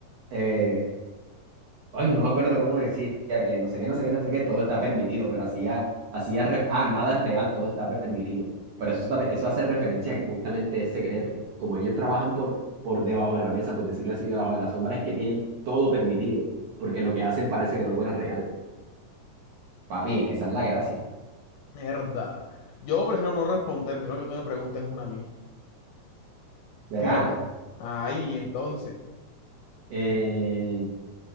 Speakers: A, on the right; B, on the left.
A: eh, Ay, no me acuerdo cómo decía que no sé qué, no sé qué, no sé qué, todo está permitido, pero hacía, hacía, re- ah, nada es real, todo está permitido. Pero eso, tam- eso hace referencia a que justamente es secreto. Como ellos trabajan por, por debajo de la mesa, por decirlo así, debajo de la sombra, es que tienen todo permitido, porque lo que hacen parece que no fuera real. Papi, es que esa es la gracia.
B: Mierda. Yo prefiero no responder, prefiero que tú me preguntes una a mí.
A: Será,
B: Tírala. Ahí, entonces.
A: eh,